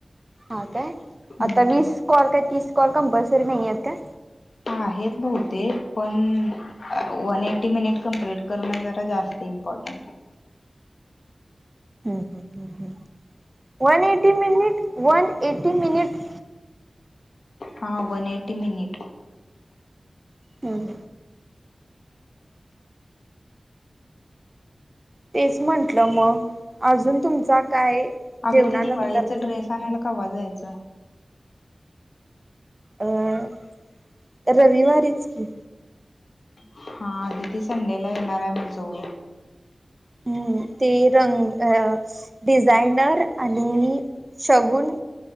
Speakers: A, on the right; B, on the left.
A: हा काय,
B: हम्म
A: आता वीस कॉल काय तीस कॉल कंपल्सरी नाही आहेत काय?.
B: आहेत बहुतेक पण वन एटी मिनिट कमप्लीट करणं जरा जास्त इम्पॉर्टंट.
A: हम्महं one eighty minute, one eighty minute?
B: हा, वन एटी मिनिट.
A: हम्. तेच म्हंटलं मग अजून तुमचा काय
B: अग
A: जेवणानंतरचा
B: ते दिवाळीचा ड्रेस आणायला कवा जायचं?
A: अं रविवारीच की.
B: हा आधी ते संडेला येणार आहे मग जाऊया.
A: हम्म, ते रंग अ डिझायनर आणि शगुन